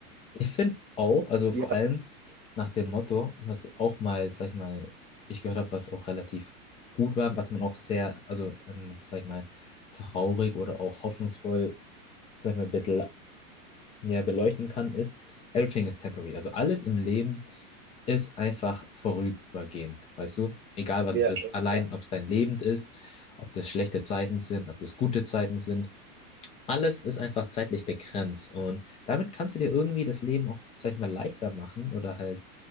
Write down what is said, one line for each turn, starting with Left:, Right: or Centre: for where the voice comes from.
Left: Ich finde auch, also vor
Right: ja,
Left: allem nach dem Motto, was auch mal, sag ich mal, ich gehört habe, was auch relativ gut war, was man auch sehr, also, ähm, sag ich mal, traurig oder auch hoffnungsvoll, sag ich mal, betle- ja, beleuchten kann, ist, everything is temporary. Also alles im Leben ist einfach vorübergehend, weißt du? Egal was
Right: ja,
Left: es ist, allein
Right: ja,
Left: ob es dein Leben ist, ob das schlechte Zeiten sind, ob das gute Zeiten sind. Alles ist einfach zeitlich begrenzt und damit kannst du dir irgendwie das Leben auch, sag ich mal, leichter machen oder halt,